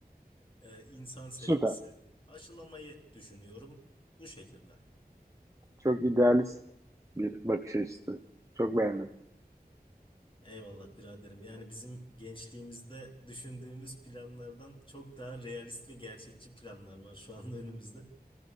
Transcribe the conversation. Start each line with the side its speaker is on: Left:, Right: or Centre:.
Left: e, insan sevgisi
Right: Süper.
Left: aşılamayı düşünüyorum bu şekilde.
Right: Çok idealist bir bakış açısı. Çok beğendim.
Left: Eyvallah biraderim. Yani bizim gençliğimizde düşündüğümüz planlardan çok daha realist ve gerçekçi planlar var şu anda önümüzde.